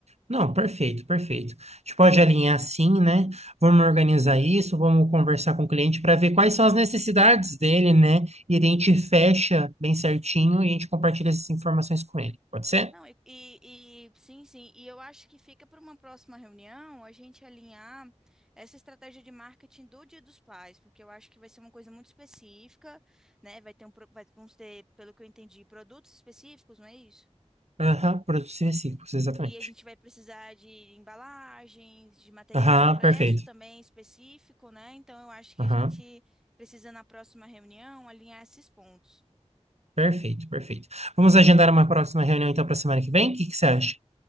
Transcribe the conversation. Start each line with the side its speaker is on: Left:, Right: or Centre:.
Right: não, perfeito, perfeito. A gente pode alinhar assim, né? Vamos organizar isso, vamos conversar com o cliente para ver quais são as necessidades dele, né? E a gente fecha bem certinho e a gente compartilha essas informações com ele. Pode ser?
Centre: Não, e, e- e- sim, sim. E eu acho que fica para uma próxima reunião a gente alinhar essa estratégia de marketing do Dia dos Pais, porque eu acho que vai ser uma coisa muito específica, né? Vai ter um, pro- vai, vamos ter, pelo que eu entendi, produtos específicos, não é isso?
Right: Aham, produtos e reciclos, exatamente.
Centre: E a gente vai precisar de embalagens, de material
Right: Aham,
Centre: impresso
Right: perfeito.
Centre: também específico, né? Então eu acho que
Right: Aham,
Centre: a gente precisa na próxima reunião alinhar esses pontos.
Right: perfeito, perfeito. Vamos agendar uma próxima reunião então para semana que vem? O que que você acha?